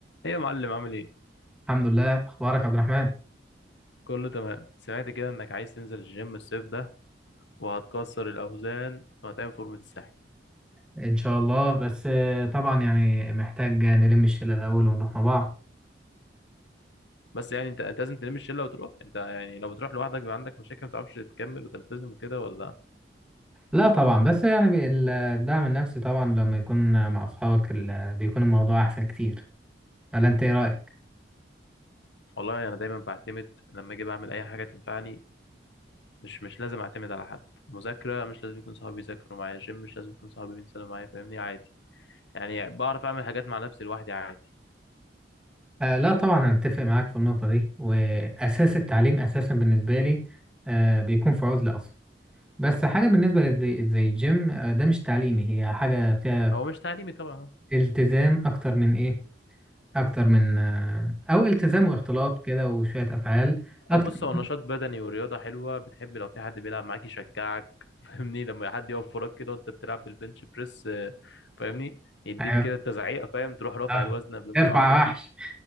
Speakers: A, on the left; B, in the centre.
A: ايه يا معلم عامل ايه
B: الحمد لله اخبارك يا عبد الرحمن
A: كله تمام سمعت كده انك عايز تنزل الجيم الصيف ده وهتكسر الاوزان وهتعمل فورمه الساحل
B: ان شاء الله بس آه، طبعا يعني محتاج نلم الشله الاول ونروح مع بعض
A: بس يعني انت انت لازم تلم الشله وتروح انت يعني لو بتروح لوحدك بيبقى عندك مشاكل ما تعرفش تكمل وتلتزم وكده ولا
B: لا طبعا بس يعني بي- ال- الدعم النفسي طبعا لما يكون مع اصحابك ال- بيكون الموضوع احسن كتير ولا انت ايه رايك
A: والله انا يعني دايما بعتمد لما اجي بعمل اي حاجه تنفعني مش مش لازم اعتمد على حد مذاكره مش لازم يكون صحابي يذاكروا معايا جيم مش لازم يكون صحابي بينزلوا معايا فاهمني عادي يعني بعرف اعمل حاجات مع نفسي لوحدي عادي
B: آه لا طبعا انا اتفق معاك في النقطه دي واساس التعليم اساسا بالنسبه لي آه بيكون في عزله اصلا بس حاجه بالنسبه لزي زي الجيم آه ده مش تعليمي هي حاجه فيها
A: هو مش تعليمي طبعا
B: التزام اكتر من ايه اكتر من آه، او التزام واختلاط كده وشويه افعال اكتر
A: هو بص هو
B: من
A: نشاط بدني ورياضة حلوة بتحب لو في حد بيلعب معاك يشجعك <laughs> فاهمني لما حد يقف وراك كده وانت بتلعب بالبنش بريس آه، فاهمني يديك
B: <laughs> ايوه
A: كده تزعيقة فاهم تروح رافع
B: اه
A: الوزن قبل
B: ارفع
A: ما يقع عليك
B: وحش